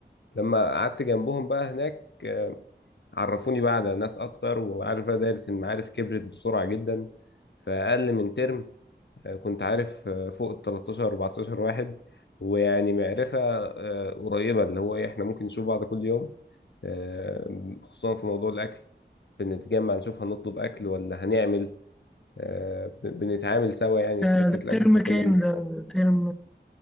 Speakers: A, on the left; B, in the centre.
A: لما قعدت جنبهم بقى هناك آه، عرفوني بقى على ناس أكتر وعارف بقى دايرة المعارف كبرت بسرعة جدا فأقل من ترم آه، كنت عارف آه، فوق ال 13 14 واحد ويعني معرفة آه، قريبة اللي هو إيه إحنا ممكن نشوف بعض كل يوم آه، خصوصا في موضوع الأكل بنتجمع نشوف هنطلب أكل ولا هنعمل آه، ب- بنتعامل سوا يعني
B: ده
A: في حتة
B: ده
A: الأكل
B: ترم
A: فكنا
B: كام
A: بن-
B: ده ده ترم